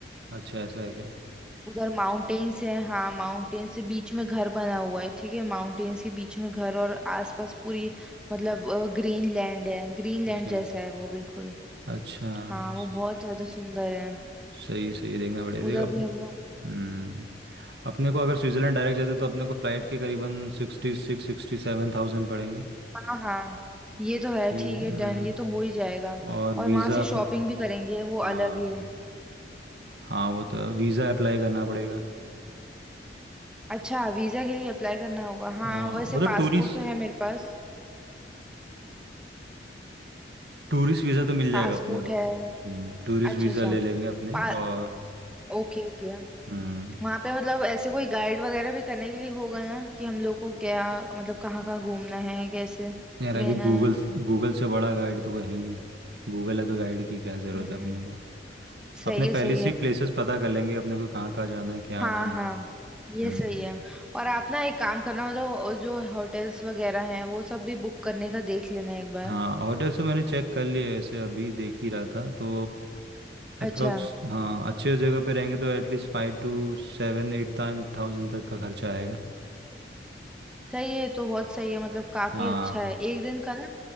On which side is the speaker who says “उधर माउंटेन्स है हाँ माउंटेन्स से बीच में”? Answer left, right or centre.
Centre